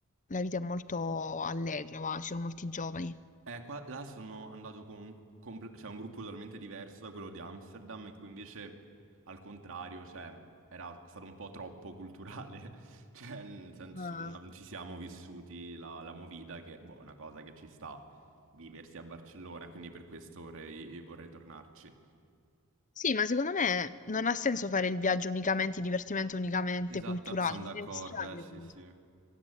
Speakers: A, on the left; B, on the right.
A: La vita è molto allegra, va, ci sono molti giovani.
B: Eh, qua, là sono andato con, comple- cioè, un gruppo totalmente diverso da quello di Amsterdam, in cui invece, al contrario, cioè, era stato un po' troppo culturale, <laughs> cioè, nel senso,
A: Ah.
B: non ci siamo vissuti la, la movida, che boh, è una cosa che ci sta viversi a Barcellona, quindi per questo vorrei, vorrei tornarci.
A: Sì, ma secondo me non ha senso fare il viaggio unicamente divertimento, unicamente
B: Esatto,
A: culturale,
B: sono
A: bisogna
B: d'accordo,
A: mischiarle.
B: eh, sì,
A: comunque.
B: sì,